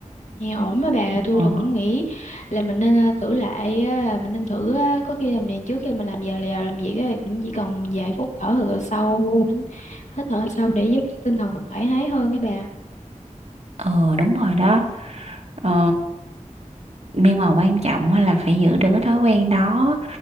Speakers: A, on the left (about 60°); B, on the right (about 55°).
A: nghe ổn mà bà tôi
B: ờ,
A: là cũng nghĩ là mình nên ờ, thử lại á, mình nên thử á, có khi là mình trước khi mình làm giờ là làm việc á, cũng chỉ cần vài phút thở hơi sâu hít thở sâu để giúp cho tinh thần mình thoải mái hơn các bà
B: ờ đúng rồi đó ờ, nhưng mà quan trọng á là phải giữ được cái thói quen đó